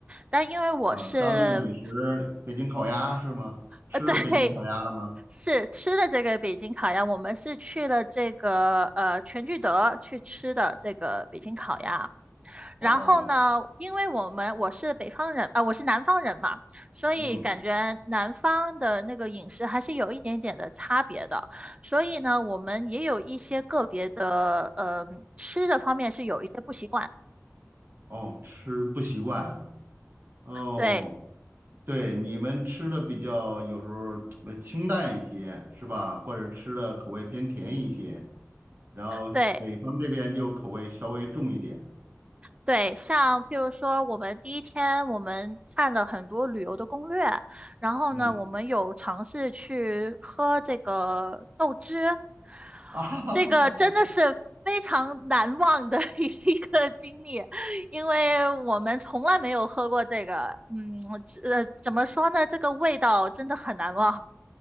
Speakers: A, on the right (about 25°); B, on the right (about 45°).
A: 但因为我是，
B: 啊？当地的美食，北京烤鸭是吗？吃了北京烤鸭了吗？
A: 呃，<laughs> 对，是吃的这个北京烤鸭，我们是去了这个呃全聚德去吃的这个北京烤鸭。然后呢，
B: 哦，
A: 因为我们我是北方人啊、呃我是南方人嘛，所以感觉南方的那个饮食还是有一点点的差别的。
B: 嗯。
A: 所以呢，我们也有一些个别的，呃，吃的方面是有一些不习惯。
B: 哦，吃不习惯哦，
A: 对
B: 对，你们吃的比较有时候呃清淡一些是吧？或者吃的口味偏甜一些，然后北方这边就口味稍微重一点，
A: 对，对，像譬如说，我们第一天我们看了很多旅游的攻略，然后呢，
B: 嗯
A: 我们有尝试去喝这个豆汁，
B: 啊，<laughs>
A: 这个真的是非常难忘的 <laughs> 一个经历，因为我们从来没有喝过这个，嗯，我只呃，怎么说呢，这个味道真的很难忘。